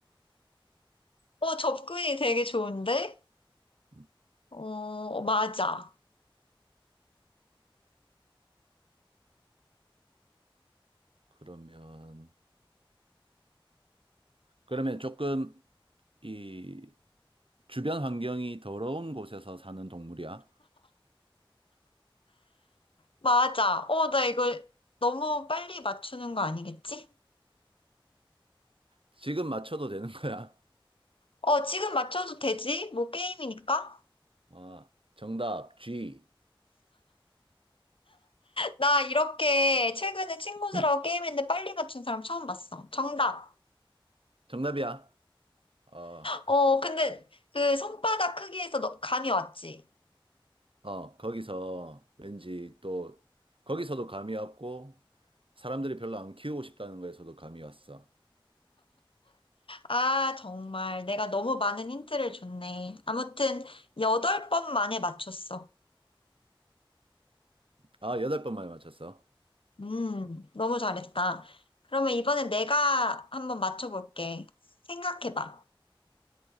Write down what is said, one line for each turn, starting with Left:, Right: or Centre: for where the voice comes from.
Left: 어, 접근이 되게 좋은데?
Right: 음,
Left: 어, 맞아.
Right: 그러면, 그러면 조금 이 주변 환경이 더러운 곳에서 사는 동물이야?
Left: 맞아. 어, 나 이거 너무 빨리 맞추는 거 아니겠지?
Right: 지금 맞춰도 되는 거야?
Left: 어, 지금 맞춰도 되지? 뭐 게임이니까?
Right: 아, 정답, G.
Left: 나 이렇게 최근에 친구들하고
Right: 음.
Left: 게임했는데 빨리 맞춘 사람 처음 봤어. 정답.
Right: 정답이야. 어,
Left: 어, 근데 그 손바닥 크기에서 너, 감이 왔지.
Right: 어, 거기서 왠지 또, 거기서도 감이 왔고, 사람들이 별로 안 키우고 싶다는 거에서도 감이 왔어.
Left: 아, 정말 내가 너무 많은 힌트를 줬네. 아무튼 여덟 번 만에 맞췄어.
Right: 아, 여덟 번 만에 맞췄어.
Left: 음, 너무 잘했다. 그러면 이번엔 내가 한번 맞춰볼게. 생각해봐.